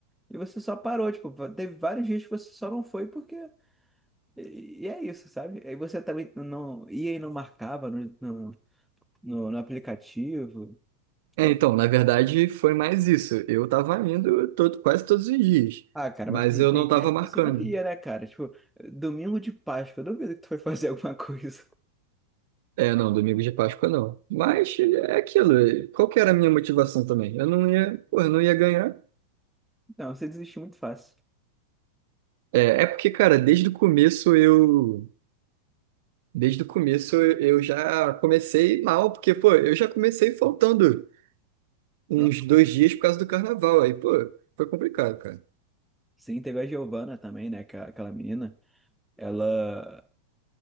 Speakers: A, in the centre; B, on the right (about 50°).
A: E você só parou, tipo, va- teve vários dias que você só não foi porque E e é isso, sabe? Aí você também não ia e não marcava no, no, no, no aplicativo.
B: então,
A: Pô,
B: na verdade, foi mais isso. Eu tava indo todo, quase todos os dias,
A: ah, cara,
B: mas
A: mas tem,
B: eu
A: tem
B: não
A: dias
B: tava
A: que
B: marcando.
A: você não ia, né, cara? Tipo, domingo de Páscoa, eu duvido que tu foi <laughs> fazer alguma coisa.
B: É, não, domingo de Páscoa não. Mas é aquilo, é, qual que era a minha motivação também? Eu não ia, pô, eu não ia ganhar.
A: Não, você desiste muito fácil.
B: É, é porque, cara, desde o começo eu. Desde o começo eu eu já comecei mal, porque, pô, eu já comecei faltando. uns
A: Não.
B: dois dias por causa do carnaval. Aí, pô, foi complicado, cara.
A: Sim, teve a Giovana também, né? aquela aquela menina. Ela,